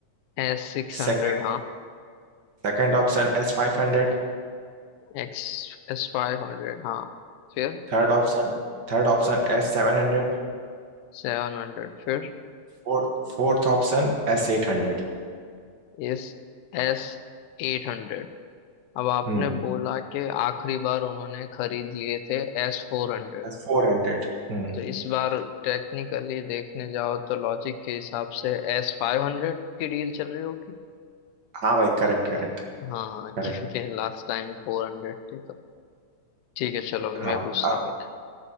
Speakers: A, on the left; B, on the right.
A: एस सिक्स हंड्रेड
B: Second
A: हाँ
B: second option S five hundred
A: एक्स एस फाइव हंड्रेड हाँ फिर
B: Third option third option S seven hundred
A: सेवन हंड्रेड फिर
B: Fourth fourth option S eight hundred
A: S S eight hundred अब आपने
B: Hmm
A: बोला कि आखिरी बार उन्होंने खरीद लिए थे एस फोर हंड्रेड
B: S four hundred Hmm
A: तो इस बार टेक्निकली देखने जाओ तो लॉजिक के हिसाब से एस फाइव हंड्रेड की डील चल रही होगी
B: हाँ भाई correct correct
A: हाँ
B: correct
A: क्योंकि लास्ट टाइम फोर हंड्रेड थे तो ठीक है चलो
B: हाँ
A: मैं
B: भाई
A: पूछता
B: अब
A: हूँ एक